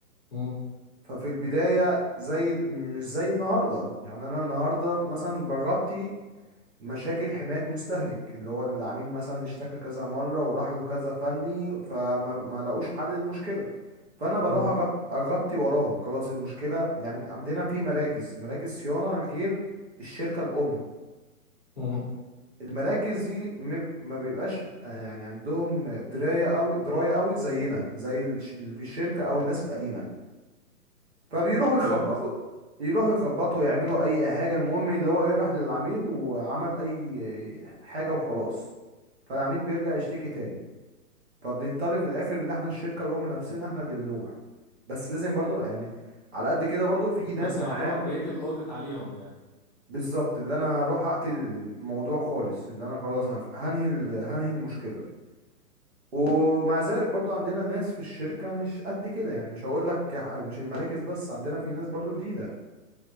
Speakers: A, on the left (about 25°); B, on the right (about 45°).
A: مم.
B: ففي البداية زي مش زي النهاردة يعني أنا النهاردة مثلا بغطي مشاكل حماية مستهلك اللي هو العميل مثلا اشتكى كذا مرة وراح له كذا فني فما ما لقوش حل للمشكلة فأنا بروح
A: مم.
B: أغطي, أغطي وراهم خلاص المشكلة يعني عندنا في مراكز مراكز صيانة غير الشركة الأم
A: مم.
B: المراكز دي ما بي- ما بيبقاش آه، يعني عندهم دراية أوي دراية أوي زينا زي الش- اللي في الشركة أو الناس القديمة فبيروحوا يخبطوا
A: فاهم قصدي
B: يروحوا يخبطوا يعملوا اي حاجه المهم اللي هو ايه راح للعميل وعمل اي حاجه وخلاص فالعميل بيرجع يشتكي تاني فبنضطر في الاخر اللي احنا الشركه الام نفسنا احنا اللي بنروح بس لازم برضو يعني على قد كده برضو في ناس
A: فأنت يعتبر
B: معانا
A: بقيت الأوديت عليهم يعني
B: بالظبط اللي انا هروح اقتل الموضوع خالص اللي انا خلاص
A: مم.
B: هخ- هنهي ال- هنهي المشكله ومع ذلك برضو عندنا ناس في الشركه مش قد كده يعني مش هقول لك مش المراكز بس عندنا في ناس برضو جديده